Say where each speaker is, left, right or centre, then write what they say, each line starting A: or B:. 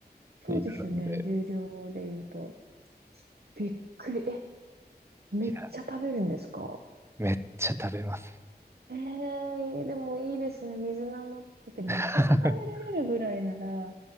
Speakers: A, on the right; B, on the right.
A: そうですよね。
B: になるんで、
A: 重量で言うと。びっくり。え、めっちゃ食べるんですか
B: いやめっちゃ食べます。
A: ええでもいいですね。水菜も。だって水が食べられるぐらいなら、
B: <laughs>